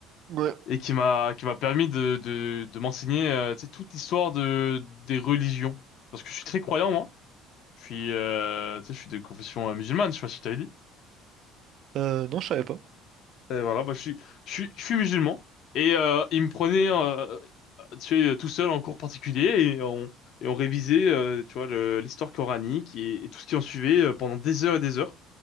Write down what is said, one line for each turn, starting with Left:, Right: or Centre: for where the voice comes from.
Right: Ouais,
Left: et qui m'a qui m'a permis de de, de m'enseigner euh, tu sais, toute l'histoire de des religions parce que je suis très croyant moi. Je suis euh, tu sais je suis de confession euh, musulmane. Je sais pas si je t'avais dit.
Right: Euh, non, je savais pas.
Left: Et voilà, bah, je suis, je suis, je suis musulman. Et euh, il me prenait, euh, tu sais, euh, tout seul en cours particulier et on, et on révisait, euh, tu vois, le- l'histoire coranique et, et tout ce qui en suivait euh, pendant des heures et des heures,